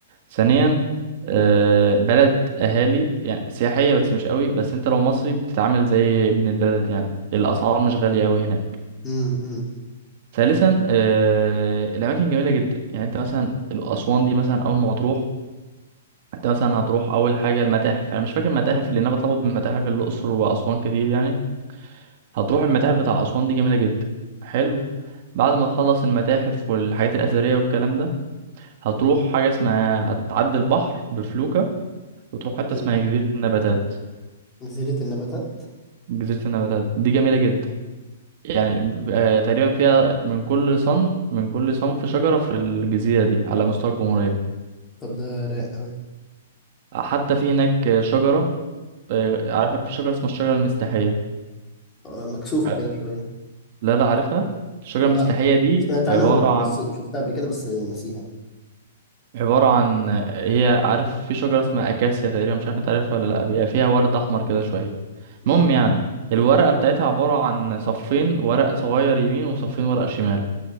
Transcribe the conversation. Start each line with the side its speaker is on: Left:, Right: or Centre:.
Right: ثانيا أه بلد اهالي يعني سياحيه بس مش قوي بس انت لو مصري بتتعامل زي ابن البلد يعني الاسعار مش غاليه قوي هناك
Left: امم امم
Right: ثالثا آه، الاماكن جميله جدا يعني انت مثلا اسوان دي مثلا اول ما تروح انت مثلا هتروح اول حاجه المتاحف انا مش فاكر المتاحف لان انا بتلخبط بين متاحف الاقصر واسوان كتير يعني هتروح المتاحف بتاع اسوان دي جميله جدا حلو بعد ما تخلص المتاحف والحاجات الاثريه والكلام ده هتروح حاجه اسمها هتعدي البحر بفلوكه وتروح حته
Left: أمم.
Right: اسمها جزيره النباتات
Left: جزيره النباتات
Right: جزيره النباتات دي جميله جدا يعني آه، تقريبا فيها من كل صنف من كل صنف شجره في الجزيره دي على مستوى الجمهوريه
Left: طب ده رايق قوي
Right: حتى في هناك شجرة آه، عارفة في شجرة اسمها الشجرة المستحية
Left: آه، مكسوفه
Right: ع-
Left: كده شويه
Right: لا لا عارفها الشجرة المستحية
Left: لا
Right: دي
Left: سمعت عنها
Right: عبارة
Left: بس
Right: عن
Left: شفتها قبل كده بس نسيها
Right: عبارة عن هي عارف في شجرة اسمها أكاسيا تقريبا مش عارف انت عارفها ولا لأ بيبقى فيها ورد أحمر كده شوية
Left: امم
Right: المهم يعني الورقة بتاعتها عبارة عن صفين ورق صغير يمين وصفين ورق شمال